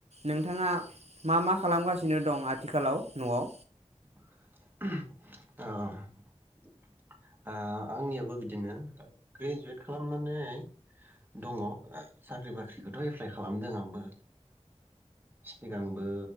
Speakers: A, on the right; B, on the right.
A: नोंथाङा मा मा खालामगासिनो दं आथिखालाव नआव?
B: ओ ओ आंनियाबो बिदिनो ग्रेजुयेट खालामनानै दङ ओ साख्रि बाख्रिखौथ एप्लाइ खालामदों आंबो सिगांबो